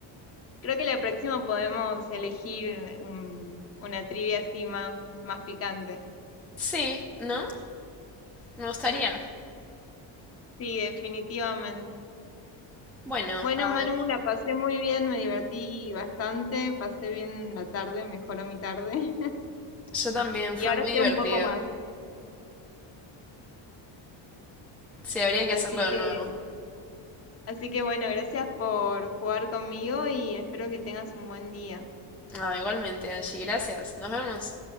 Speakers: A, on the left; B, in the centre.
A: creo que la próxima podemos elegir un- una trivia así más, más picante.
B: Sí, ¿no? Me gustaría.
A: Sí, definitivamente.
B: Bueno,
A: Bueno,
B: a
A: Manu,
B: ver,
A: la pasé muy bien, me divertí bastante, pasé bien la tarde, mejoró mi tarde <laughs>
B: yo también,
A: y
B: fue
A: ahora
B: muy divertido.
A: sé un poco más.
B: Sí, habría que
A: Así
B: hacerlo
A: que,
B: de nuevo.
A: así que bueno, gracias por jugar conmigo y espero que tengas un buen día.
B: Ah, igualmente, Angie, gracias. Nos vemos.